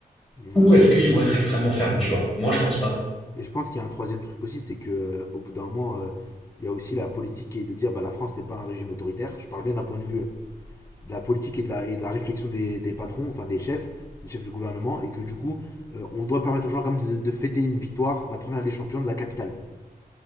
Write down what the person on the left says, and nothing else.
Ouais. ouais.
Et je pense qu'il y a un troisième truc aussi, c'est que euh, au bout d'un moment, euh, il y a aussi la politique qui est de dire bah la France n'est pas un régime autoritaire. Je parle bien d'un point de vue euh, de la politique et de la, et de la réflexion des, des patrons, enfin des chefs, des chefs du gouvernement, et que du coup, euh, on doit permettre aux gens quand même de, de fêter une victoire, la première des champions de la capitale.